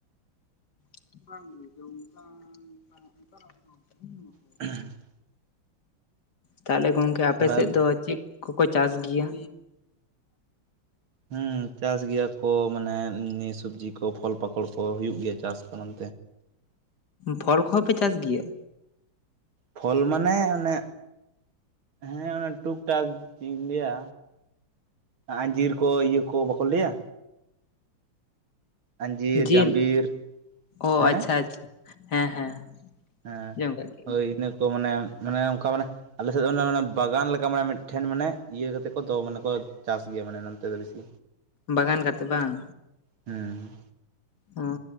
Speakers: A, on the left (about 55°); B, on the right (about 80°).
A: ᱵᱟᱝ <unintelligible>
B: <inaudible>
A: ᱛᱟᱦᱞᱮ ᱜᱚᱝᱠᱮ ᱟᱯᱮ
B: ᱛᱟᱦᱚᱞᱮ
A: ᱥᱮᱜ ᱫᱚ ᱪᱮᱜ ᱠᱚᱠᱚ ᱪᱟᱥ ᱜᱮᱭᱟ?
B: ᱦᱮᱩᱸ ᱪᱟᱥ ᱜᱮᱭᱟ ᱠᱚ ᱢᱟᱱᱮ ᱱᱤ ᱥᱚᱵᱡᱤ ᱠᱚ ᱯᱷᱚᱞ ᱯᱟᱠᱚᱲ ᱠᱚ ᱦᱩᱭᱩᱜ ᱜᱮᱭᱟ ᱪᱟᱥ ᱠᱚ ᱱᱚᱱ
A: ᱯᱷᱚᱞ ᱠᱚᱦᱚᱸ ᱯᱮ ᱪᱟᱥ ᱜᱮᱭᱟ?
B: ᱯᱷᱚᱞ ᱢᱟᱱᱮ ᱚᱱᱮ ᱦᱮᱸ ᱚᱱᱮ ᱴᱩᱠ ᱴᱟᱠ ᱪᱮᱜ ᱤᱧ ᱞᱟᱹᱭᱟ ᱟᱸᱡᱤᱨ ᱠᱚ ᱤᱭᱟᱹ ᱠᱚ ᱵᱟᱠᱚ ᱞᱟᱹᱭᱟ ᱟᱸᱡᱤᱨ
A: ᱡᱤᱞ
B: ᱡᱟᱢᱵᱤᱨ
A: ᱚ
B: ᱦᱮᱸ
A: ᱟᱪᱪᱷᱟ ᱟᱪᱪᱷᱟ ᱦᱮᱸ ᱦᱮᱸ᱾
B: ᱦᱮᱸ
A: ᱡᱚᱢ ᱠᱟᱜ ᱜᱮᱭᱟᱞᱤᱧ
B: ᱦᱳᱭ ᱤᱱᱟᱹ ᱠᱚ ᱢᱟᱱᱮ ᱢᱟᱱᱮ ᱚᱝᱠᱟ ᱢᱟᱱᱮ ᱟᱞᱮ ᱥᱮᱜ ᱫᱚ ᱢᱟᱱᱮ ᱵᱟᱜᱟᱱ ᱞᱮᱠᱟ ᱢᱟᱱᱮ ᱢᱤᱫᱴᱷᱮᱱ ᱢᱟᱱᱮ ᱤᱭᱟᱹ ᱠᱟᱛᱮᱜ ᱠᱚ ᱫᱚ ᱢᱟᱱᱮ ᱠᱚ ᱪᱟᱥ ᱜᱮᱭᱟ ᱢᱟᱱᱮ ᱱᱚᱱᱛᱮ ᱫᱚ ᱵᱮᱥᱤ᱾
A: ᱵᱟᱜᱟᱱ ᱠᱟᱛᱮ ᱵᱟᱝ?
B: ᱦᱩᱸ
A: ᱦᱩᱸ